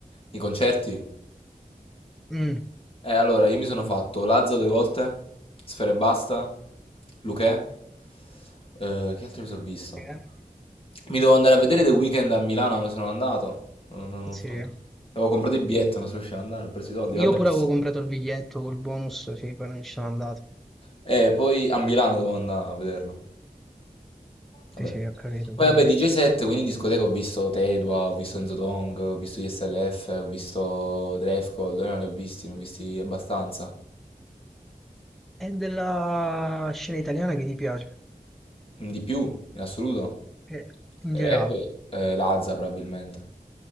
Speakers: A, on the left; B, in the centre.
A: I concerti?
B: Mm.
A: Eh, allora, io mi sono fatto Lazza due volte, Sfera e Basta, Luchè. Eh, che altro mi sono visto?
B: Sì, eh?
A: Mi dovevo andare a vedere The Weeknd a Milano, non sono andato. Non- non- non fa-
B: Sì.
A: Avevo comprato il biglietto, non sono riuscito ad andare, ho preso i soldi, vabbè.
B: Io pure avevo comprato il biglietto col bonus, sì, poi non ci sono andato.
A: E poi a Milano dovevo andare a vederlo. Vabbè.
B: Sì, sì, ho capito,
A: Poi
B: prima.
A: vabbè, DJ set, quindi in discoteca ho visto Tedua, ho visto Enzo Dong, ho visto ISLF, ho visto Drefcold, no, ne ho visti, ne ho visti abbastanza.
B: È della scena italiana che ti piace?
A: Di più, in assoluto.
B: Eh, in
A: E
B: generale.
A: Rap, eh, Lazza probabilmente.